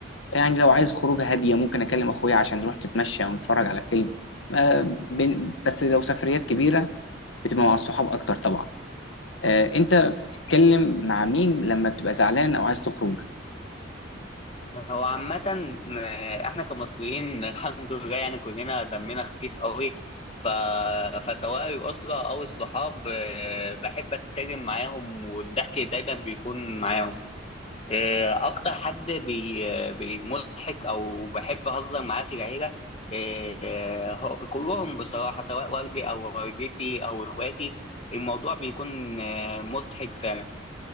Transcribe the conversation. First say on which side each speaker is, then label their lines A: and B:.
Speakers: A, on the left; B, on the left.
A: يعني لو عايز خروجه هاديه ممكن اكلم اخويا عشان نروح نتمشى ونتفرج على فيلم آه، بن- بس لو سفريات كبيره بتبقى مع الصحاب اكتر طبعا آه، انت بتتكلم مع مين لما بتبقى زعلان او عايز تخرج
B: هو عامة آه، احنا كمصريين الحمد لله يعني كلنا دمنا خفيف قوي ف... فسواء الأسرة أو الصحاب آه، بحب أتكلم معاهم والضحك دايما بيكون معاهم آه، اكتر حد بي بي- مضحك او بحب اهزر معاه في العيله آه، هو- كلهم بصراحه سواء والدي او والدتي او اخواتي الموضوع بيكون آه، مضحك فعلا